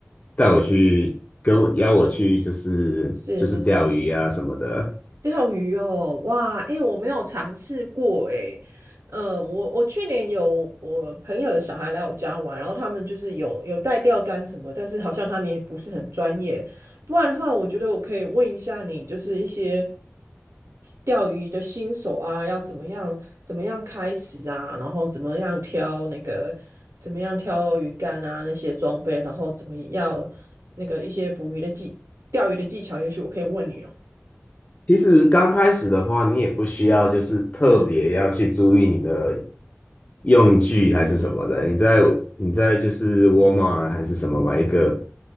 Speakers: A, on the left (about 35°); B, on the right (about 80°).
A: 带我去跟我邀我去，就是就是钓鱼啊什么的。
B: 是是是，钓鱼哦，哇，哎、我没有尝试过、诶哎，呃，我我去年有我朋友的小孩来我家玩，然后他们就是有有带钓竿什么，但是好像他们也不是很专业，不然的话，我觉得我可以问一下你，就是一些钓鱼的新手啊，要怎么样怎么样开始啊，然后怎么样挑那个怎么样挑鱼竿啊那些装备，然后怎么样那个一些捕鱼的技钓鱼的技巧，也许我可以问你哦。
A: 其实刚开始的话，你也不需要就是特别要去注意你的
B: 嗯
A: 用具还是什么的。
B: 嗯嗯
A: 你在你在就是 Walmart 还是什么买一个